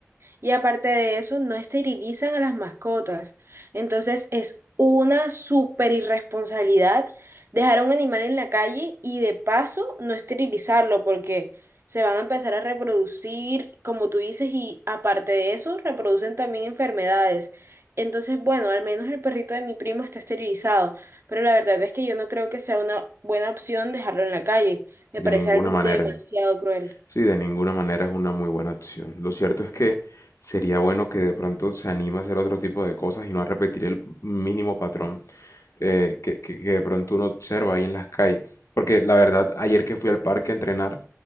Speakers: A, on the right (about 55°); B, on the left (about 80°).
A: Y aparte de eso, no esterilizan a las mascotas. Entonces es una súper irresponsabilidad dejar a un animal en la calle y de paso no esterilizarlo porque se van a empezar a reproducir, como tú dices, y aparte de eso, reproducen también enfermedades. Entonces, bueno, al menos el perrito de mi primo está esterilizado, pero la verdad es que yo no creo que sea una buena opción dejarlo en la calle. Me
B: De
A: parece
B: ninguna
A: algo
B: manera.
A: demasiado cruel.
B: Sí, de ninguna manera es una muy buena opción. Lo cierto es que sería bueno que de pronto se anime a hacer otro tipo de cosas y no a repetir el mínimo patrón eh, que, que- que de pronto uno observa ahí en las calles. Porque la verdad, ayer que fui al parque a entrenar,